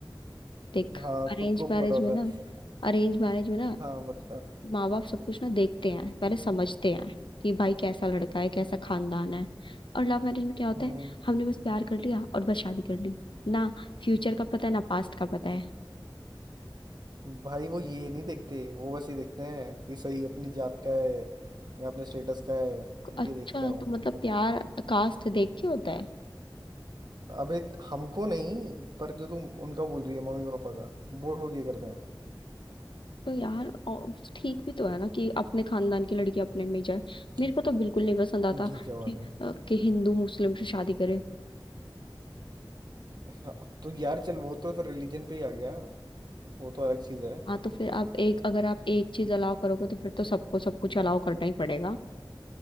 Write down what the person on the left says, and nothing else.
देख
अरेंज
मैरिज
में ना
अरेंज मैरिज में ना
माँ बाप सब कुछ ना देखते हैं पहले समझते हैं कि भाई कैसा लड़का है कैसा खानदान है और लव मैरिज में क्या होता
है हमने बस प्यार कर लिया और बस शादी कर ली ना फ्यूचर का पता है ना पास्ट का पता है
अच्छा
तो
मतलब प्यार कास्ट देख के होता है
तो यार और ठीक भी तो है ना कि अपने खानदान की लड़की अपने में ही जाए
मेरे को तो बिल्कुल नहीं पसंद आता
कि,
अ, कि हिंदू मुस्लिम से शादी करे
हाँ तो फिर आप एक अगर आप एक चीज अलाउ करोगे तो फिर तो सबको सब कुछ अलाउ करना ही पड़ेगा